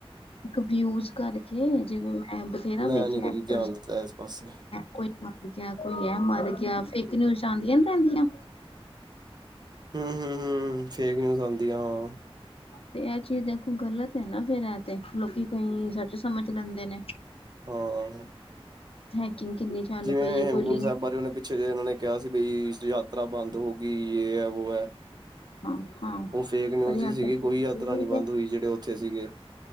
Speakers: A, on the left; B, on the right.
A: ਇੱਕ ਵਿਊਜ ਕਰਕੇ ਜਿਵੇਂ ਮੈਂ ਬਥੇਰਾ
B: ਮੈਂ
A: ਵੇਖਿਆ
B: ਨੀ ਕਦੀ
A: ਐਕਟਰ
B: ਧਿਆਨ ਦਿੱਤਾ ਇਸ ਪਾਸੇ।
A: ਕੋਈ ਮਰ ਗਿਆ ਕੋਈ ਇਹ ਮਰ ਗਿਆ ਫੇਕ ਨਿਊਜ ਆਂਦੀਆਂ ਨੀ ਰੈਂਦੀਆਂ।
B: ਹੂੰ ਹੂੰ ਹੂੰ ਫੇਕ ਨਿਊਜ ਆਂਦੀਆਂ ਆਂ।
A: ਤੇ ਐ ਚੀਜ਼ ਦੇਖੋ ਗਲਤ ਐ ਨਾ ਫਿਰ ਐ ਤੇ ਲੋਕੀ ਕਈ ਸੱਚ ਸਮਝ ਲੈਂਦੇ ਨੇ।
B: ਹਾਂ
A: ਥੈਂਕਯੂ ਕਿੰਨੀ ਚੱਲ
B: ਜਿਵੇਂ
A: ਪਈ ਹੈ
B: ਹੇਮਕੁੰਡ
A: ਕੋਈ ਲਿੰਕ
B: ਸਾਹਿਬ ਬਾਰੇ ਉਨੇ ਪਿ ਪਿਛੇ ਜੇ ਇਨਾਂ ਨੇ ਕਿਆ ਸੀ ਬਈ ਯਾਤਰਾ ਬੰਦ ਹੋ ਗਈ ਜੇ ਏ-ਵੋ ਐ।
A: ਹਾਂ ਹਾਂ
B: ਓ ਫੇਕ ਨਿਊਜ
A: ਪਰ
B: ਈ ਸੀਗੀ ਕੋਈ ਯਾਤਰਾ ਨੀ ਬੰਦ ਹੋਈ ਜੇੜੇ ਉਥੇ ਸੀਗੇ।